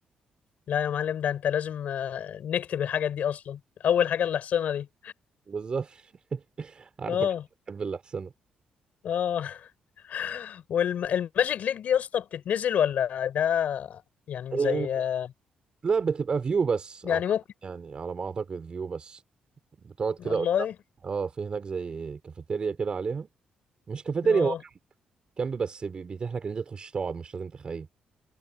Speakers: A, on the left (about 75°); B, on the right (about 35°).
A: لا يا معلم ده انت لازم آه، نكتب الحاجات دي اصلا اول حاجة الأحصنة دي
B: بالظبط <laughs> عارفك
A: اه
B: انت بتحب الاحسنه
A: اه <laughs> والماجيك ليك دي يا اسطى بتتنزل ولا ده يعني
B: آه،
A: زي آه،
B: لا بتبقى فيو بس
A: يعني
B: اعتقد
A: ممكن
B: يعني على ما اعتقد فيو بس بتقعد
A: والله
B: كده قدام اه في هناك زي كافيتيريا كده عليها مش كافيتيريا
A: اه
B: هو كامب بس بي- بيتيح لك ان انت تخش تقعد مش لازم تخيم